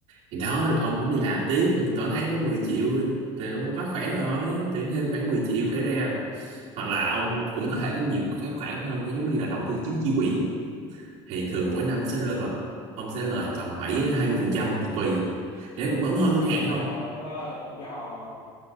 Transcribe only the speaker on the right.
thì đó là ông cũng đi làm tiếp mà mỗi tháng có 10 triệu rồi ông quá khỏe rồi tự nhiên thêm khoảng 10 triệu khỏe reo hoặc là ông cũng có thể có nhiều cái khoản hơn giống như là đầu tư chứng chỉ quỹ thì thường mỗi năm nó sẽ rơi vào ông sẽ lời tầm 7 đến 20 phần trăm thì tùy thì nó cũng vẫn hơn
ngân
hàng
không